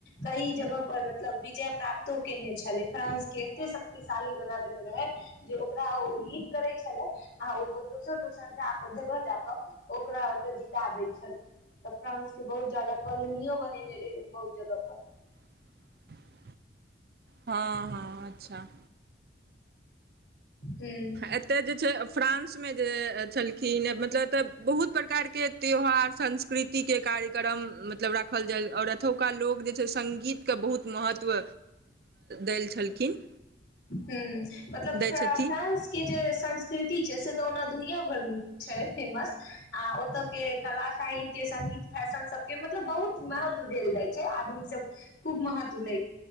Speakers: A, on the left; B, on the right.
A: कई जगह पर मतलब विजय प्राप्त केने छलै फ्रानंस के एते शक्तिशाली बना देने रहै जे ओकरा ओ लि करै छले आ ओ दोसर दोसर जाक जगह जाकऽ ओकरा ओतह जीता दै छलै तऽ फ्रांस के बहुत ज्यादा कॉलोनियो बनेने रहे बहुत जगह पर
B: <inaudible> हँ हँ अच्छा
A: हूँ
B: एतय जे छै फ्रांस फ्रांस मे जे छलखिन मतलब एतय बहुत प्रकार के त्यौहार संस्कृति के कार्यक्रम मतलब राखल जाय ओर एतुका लोक जे छै सङ्गीतके बहुत महत्व देल छलखिन
A: ह्म मतलब
B: दै
A: फ्रां
B: छथिन
A: फ्रांस के जे संस्कृति छै से तऽ ओना दुनिया भरमे छै फेमस आ ओतय के कला साहित्य संगीत फैशन सब के मतलब बहुत महत्व देल जाय छै आदमी सब खूब महत्व दे